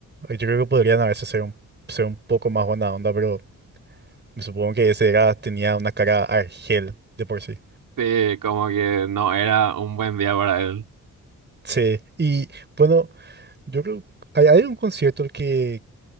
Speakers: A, on the right; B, on the right.
A: Yo creo que podrían a veces ser un, ser un poco más buena onda, pero me supongo que ese era, tenía una cara argel de por sí.
B: sí, como que no era un buen día para él.
A: Sí, y bueno, yo creo, ¿hay, hay un concierto al que,